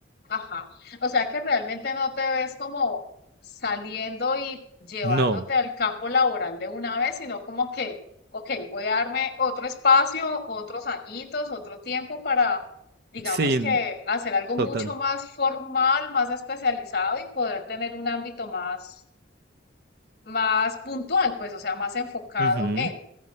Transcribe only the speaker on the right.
No,
sí,
total.
Ujú.